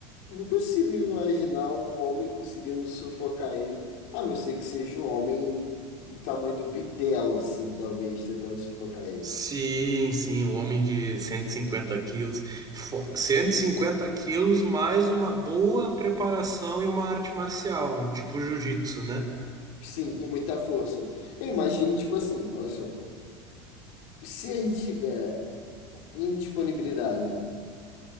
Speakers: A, on the left; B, on the right.
A: não consigo imaginar um homem conseguindo sufocar ele, a não ser que seja um homem do tamanho do bitelo, assim, talvez, tentando sufocar ele.
B: Sim, sim, um homem de 150 quilos. Fo- cento e cinquenta quilos mais uma boa preparação e uma arte marcial, tipo jiu-jitsu, né?
A: Sim, e muita força. Eu imagino, tipo assim, olha só, se a gente tiver indisponibilidade.